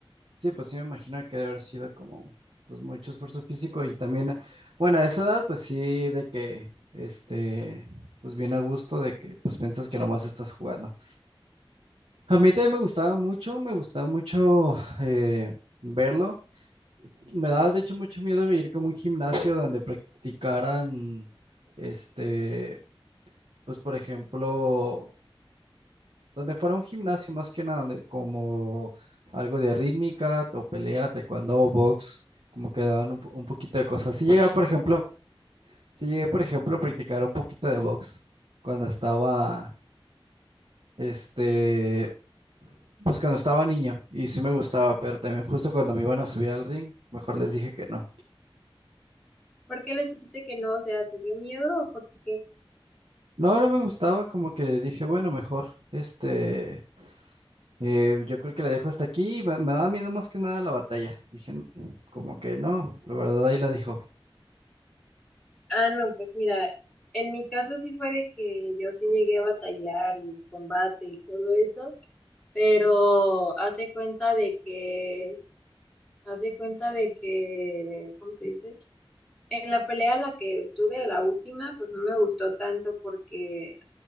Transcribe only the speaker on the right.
Sí, pues sí me imagino que debe haber sido como pues mucho esfuerzo físico y también, bueno, a esa edad pues sí de que este pues bien a gusto de que pues piensas que nomás estás jugando. A mí también me gustaba mucho, me gustaba mucho eh, verlo. Me daba de hecho mucho miedo ir como a un gimnasio donde practicaran este pues por ejemplo donde fuera un gimnasio más que nada, donde como algo de rítmica o pelea, taekwondo, box, como que daban un, po- un poquito de cosas. Si llega, por ejemplo, si llegué, por ejemplo, a practicar un poquito de box cuando estaba, este, pues cuando estaba niño y sí me gustaba, pero también justo cuando me iban a subir al ring, mejor les dije que no.
No, no me gustaba, como que dije, bueno, mejor, este, eh, yo creo que la dejo hasta aquí, me, me daba miedo más que nada la batalla. Dije, "N- como que no, la verdad ahí la dejo.